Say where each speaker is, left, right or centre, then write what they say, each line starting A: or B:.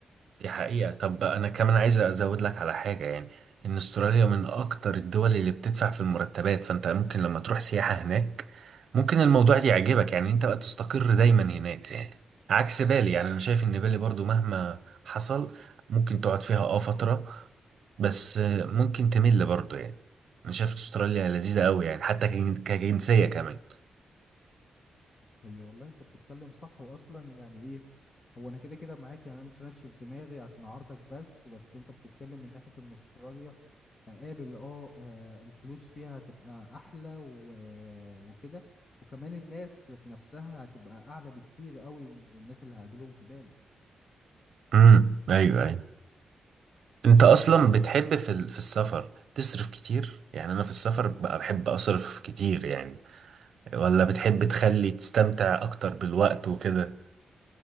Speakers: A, on the right (about 65°); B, on the left (about 35°).
A: دي حقيقة طب أنا كمان عايز أزود لك على حاجة يعني إن أستراليا من أكتر الدول اللي بتدفع في المرتبات فأنت ممكن لما تروح سياحة هناك ممكن الموضوع ده يعجبك يعني أنت بقى تستقر دايما هناك يعني عكس بالي يعني أنا شايف إن بالي برضو مهما حصل ممكن تقعد فيها أه فترة بس ممكن تمل برضو يعني أنا شايف أستراليا لذيذة أوي يعني حتى كجن- كجنسية كمان
B: هي والله انت بتتكلم صح واصلا يعني ايه هو انا كده كده معاك يعني انا مش هنشف دماغي عشان اعارضك بس بس انت بتتكلم من ناحية ان استراليا هقابل اه آه، الفلوس فيها هتبقى احلى و... وكده وكمان الناس ذات نفسها هتبقى اعلى بكتير قوي من الناس اللي هقابلهم في بالي
A: امم أيوه أيوه انت اصلا
B: ف
A: بتحب في ال- في السفر تصرف كتير يعني انا في السفر بقى بحب اصرف كتير يعني ولا بتحب تخلي تستمتع اكتر بالوقت وكده